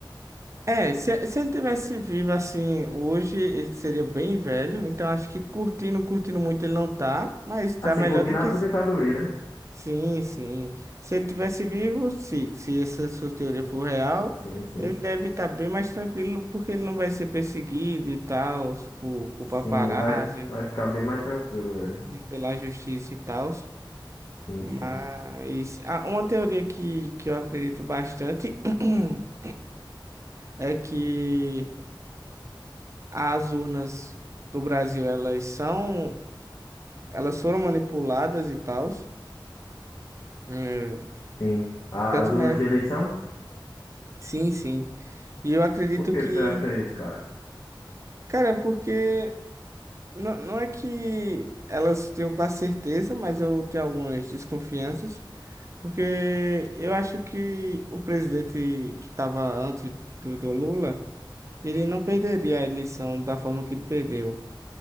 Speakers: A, on the right; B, on the left.
A: É, se, se ele tivesse vivo assim hoje, ele seria bem velho. Então acho que curtindo, curtindo muito ele não tá, mas tá
B: Assim,
A: melhor
B: curtindo
A: do que.
B: a aposentadoria, né?
A: Sim, sim. Se ele tivesse vivo, se, se essa sua teoria for real,
B: Sim, sim.
A: ele deve estar bem mais tranquilo porque ele não vai ser perseguido e tal, por,
B: Sim,
A: por paparazzi,
B: vai, vai ficar bem mais tranquilo ele.
A: nem pela justiça e tal.
B: Sim,
A: Mas
B: sim.
A: ah, uma teoria que, que eu acredito bastante <clears throat> é que as urnas do Brasil, elas são, elas foram manipuladas e tal. eh,
B: Sim. A-
A: Tanto,
B: As urnas
A: né?
B: de eleição?
A: Sim, sim. E eu acredito
B: Por que
A: que
B: você acha isso, cara?
A: Cara, é porque não, não é que elas tenham quase certeza, mas eu tenho algumas desconfianças, porque eu acho que o presidente que estava antes do, do Lula, ele não perderia a eleição da forma que ele perdeu.